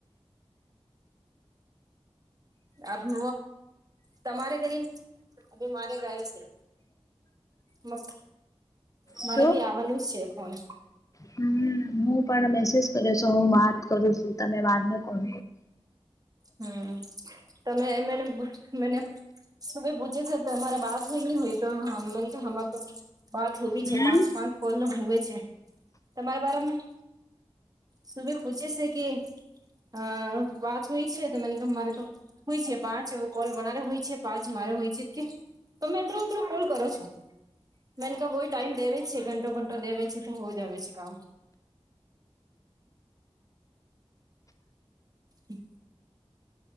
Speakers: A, on the right; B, on the left.
A: આપ વ તમારે ઘરે આ મારે ઘરે છે. મસ્ત, મારે
B: શું
A: બી આવવાનું જ શે ફોન.
B: હમ હું પણ મેસેજ કર્યો છે હું વાત કરું છું તમે વાતને કોન
A: હમ્મ તમે એમેને મને સુબેહ પૂછે છે તો તમારે બાત હોય ની હોય તો હમાર તો વાત હોવી
B: હમ
A: છે પાંચ પાંચ કોલનું હોવે છે તમારા બારામે સુબે પૂછે શે કે અ વાત હોય છે તો મને મારે તો હોય છે પાંચ એવો કોલ વણારે હોય છે પાંચ મારે હોય છે કે તમે અતત્રો અતરો કોલ કરો છો? મન તો વોય ટાઈમ દેવે છે ઘંટો ઘંટો દેવે છે તો હો જાવે છે કામ. હમ્મ.